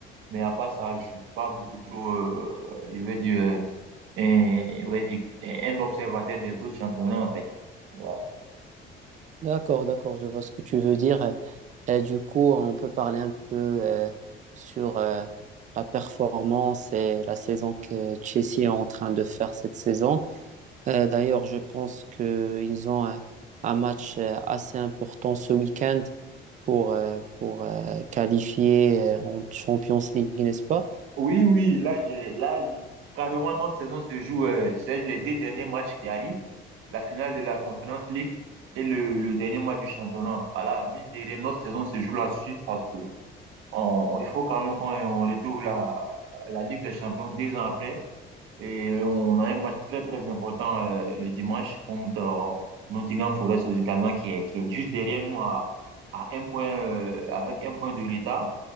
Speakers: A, on the right; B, on the right.
A: Mais à part ça, je suis pas beaucoup trop, euh, je vais dire, euh, un, je vais dire, un observateur des autres championnats, en fait. Voilà.
B: D'accord, d'accord, je vois ce que tu veux dire. Et du coup, on peut parler un peu euh, sur euh, la performance et la saison que Chelsea est en train de faire cette saison. Euh, d'ailleurs, je pense qu'ils ont un, un match euh, assez important ce week-end pour, euh, pour euh, qualifier euh, en Champions League, n'est-ce pas?
A: Oui, oui, là, j'ai, là, carrément, notre saison se joue, euh, c'est les deux derniers matchs qui arrivent, la finale de la Conference League et le, le dernier match du championnat. Voilà, mine de rien, notre saison se joue là-dessus parce que on, on- il faut quand même qu'on on retrouve la, la Ligue des Champions deux ans après. Et euh, on a un match très, très important euh, le dimanche contre euh, Nottingham Forest également qui est, qui est juste derrière nous à, à un point, euh, avec un point de l'état.